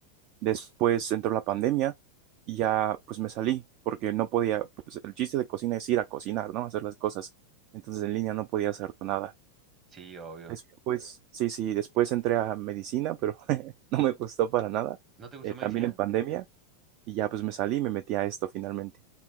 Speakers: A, on the right; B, on the right.
A: Después entró la pandemia y ya pues me salí porque no podía, pues el chiste de cocina es ir a cocinar, ¿no? Hacer las cosas. Entonces en línea no podía hacer nada.
B: Sí, obvio.
A: Después, sí, sí, después entré a medicina, pero <laughs> no me gustó para nada.
B: ¿No te gustó
A: Eh,
B: medicina?
A: también en pandemia. Y ya pues me salí y me metí a esto finalmente.